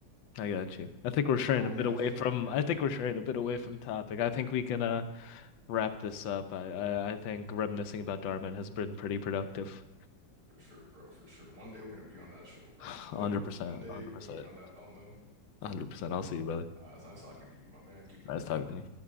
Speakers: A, on the left; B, on the right.
A: I got you. I think we're straying
B: Bro,
A: a
B: imagine,
A: bit away from
B: yeah,
A: I think we're straying a bit away
B: yeah,
A: from topic. I think we can uh wrap this up. I I, I think reminiscing about Darman has been pretty productive.
B: for sure, bro, for sure. One day we're gonna be on that
A: <sighs>
B: show, bro. One
A: 100%,
B: day we, one day
A: 100%,
B: we're gonna be on that thumbnail.
A: 100%. I'll see you, brother.
B: Uh, it's nice talking to you, my man. Keep
A: Nice
B: it real.
A: talking to you.